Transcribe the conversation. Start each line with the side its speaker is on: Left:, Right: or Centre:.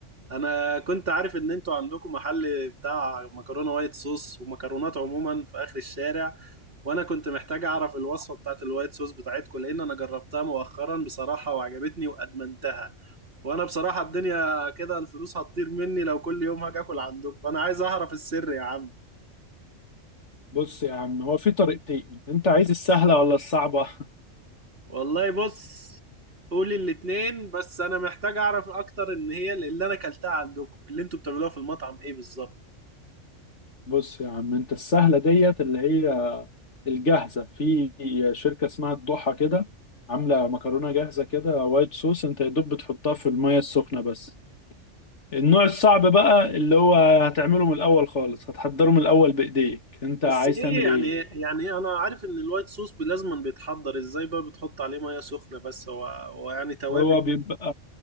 Right: انا كنت عارف ان انتوا عندكم محل بتاع مكرونة وايت صوص ومكرونات عموما في اخر الشارع وانا كنت محتاج اعرف الوصفة بتاعت الوايت صوص بتاعتكم لان انا جربتها مؤخرا بصراحة وعجبتني وادمنتها وانا بصراحة الدنيا كده الفلوس هتطير مني لو كل يوم هاجي اكل عندكم فانا عايز اعرف السر يا عم
Left: بص يا عم هو في طريقتين انت عايز السهله ولا الصعبه
Right: والله بص قولي الاتنين بس انا محتاج اعرف اكتر ان هي اللي انا اكلتها عندكم اللي انتوا بتعملوها في المطعم ايه بالظبط
Left: <laughs> بص يا عم انت السهله ديت اللي هي الجاهزه في شركه اسمها الضحى كده عامله مكرونه جاهزه كده وايت صوص انت يا دوب بتحطها في الميه السخنه بس النوع الصعب بقى اللي هو هتعمله من الاول خالص هتحضره من الاول بايديك انت
Right: بس
Left: عايز
Right: ايه
Left: تعمل
Right: يعني
Left: ايه
Right: يعني انا عارف ان الوايت صوص لازما بيتحضر ازاي بقى بتحط عليه ميه سخنه بس هو هو يعني توابل
Left: هو بيبقى